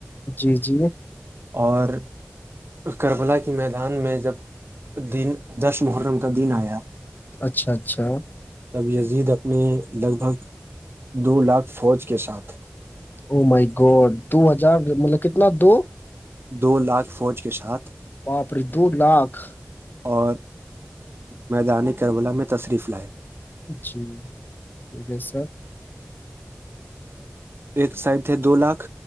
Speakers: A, on the left; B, on the right.
A: جی جی
B: اور کربلا کی میدان میں جب دن دش محرم کا دن آیا
A: اچھا اچھا
B: تب زید اپنے لگ بھگ دو لاکھ فوج کے ساتھ
A: او مائی گوڈ دو ہزار مطلب کتنا دو
B: دو لاکھ فوج کے ساتھ
A: باپڑے دو لاکھ
B: اور میدان کربلا میں تشریف لایا
A: جی ٹیک سر
B: ایک سائڈ تھے دو لاکھ